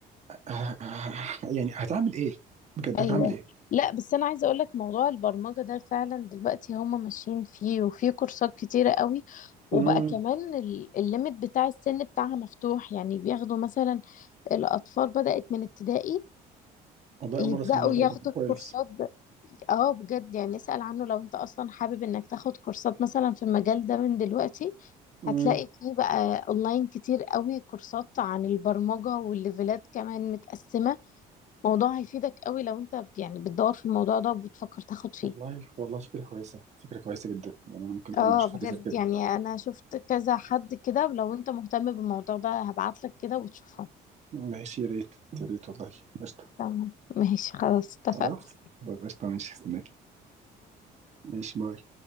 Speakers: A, on the right; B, on the left.
A: آه، آه، يعني هتعمل ايه بجد
B: ايوه
A: هتعمل ايه
B: لا بس انا عايزه اقول لك موضوع البرمجه ده فعلا دلوقتي هم ماشيين فيه وفي كورسات كتيره قوي وبقى
A: امم
B: كمان ال- الليميت بتاع السن بتاعها مفتوح يعني بياخدوا مثلا الاطفال بدات من ابتدائي
A: والله
B: يبداوا
A: اول مره اسمع الموضوع
B: ياخدوا
A: ده
B: الكورسات
A: كويس
B: اه بجد يعني اسأل عنه لو انت اصلا حابب انك تاخد كورسات مثلا في المجال ده من دلوقتي
A: امم
B: هتلاقي فيه بقى اونلاين كتير قوي كورسات عن البرمجة والليفلات كمان متقسمة موضوع هيفيدك قوي لو انت يعني بتدور في الموضوع ده وبتفكر تاخد فيه
A: والله والله فكره كويسه فكره كويسه جدا يعني انا ممكن فعلا
B: اه
A: اشوف
B: بجد
A: حاجه زي كده
B: يعني انا شفت كذا حد كده ولو انت مهتم بالموضوع ده هبعتلك كده وتشوفه
A: ماشي يا ريت يا ريت والله قشطه
B: تمام ماشي خلاص اتفقنا
A: خلاص خلاص، قشطه ماشي استناكي ماشي باي